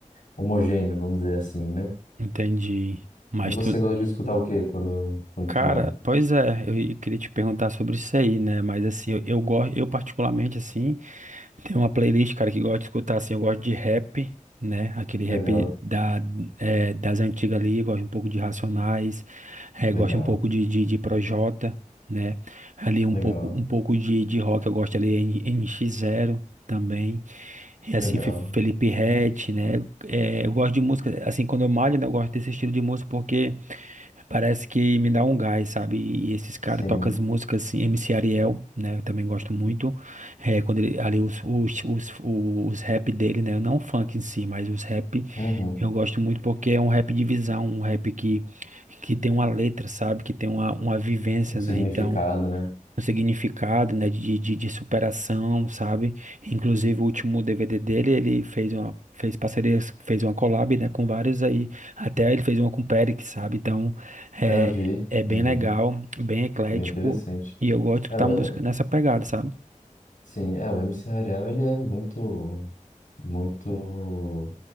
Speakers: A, on the left; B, on the right.
A: homogêneo, vamos dizer assim, né?
B: Entendi. Mas
A: E você
B: tu,
A: gosta de escutar o quê quando, quando
B: cara,
A: tu malha?
B: pois é, eu ia- queria te perguntar sobre isso aí, né? Mas assim, eu, eu gosto, eu particularmente assim, tem uma playlist, cara, que gosto de escutar assim, eu gosto de rap, né? Aquele rap
A: Legal,
B: da, é, das antigas ali, eu gosto um pouco de Racionais, é,
A: legal,
B: gosto um pouco de, de, de Projota, né? Ali um
A: legal,
B: pouco, um pouco de, de rock, eu gosto ali N X zero também. É
A: legal.
B: assim, Fe- Felipe Ret, né? É, eu gosto de música, assim, quando eu malho, né, eu gosto desse estilo de música porque parece que me dá um gás, sabe? E esses caras
A: Sim.
B: tocam as músicas assim, MC Ariel, né? Eu também gosto muito. É, quando ele, ali os, os, os, os rap dele, né? Não o funk em si, mas os rap
A: Uhum.
B: eu gosto muito porque é um rap de visão, um rap que, que tem uma letra, sabe? Que tem uma, uma vivência,
A: Um significado,
B: né? Então
A: né?
B: um significado, né, de, de, de superação, sabe? Inclusive, o último DVD dele, ele fez uma, fez parcerias, fez uma collab, né, com vários aí, até ele fez uma com o Perix, sabe? Então, é,
A: É, eu vi,
B: é bem
A: eu vi.
B: legal, bem eclético,
A: Bem interessante.
B: e eu gosto de
A: É,
B: escutar
A: o-
B: música
A: é, o-
B: nessa pegada, sabe?
A: sim, é, o MC Ariel, ele é muito. muito.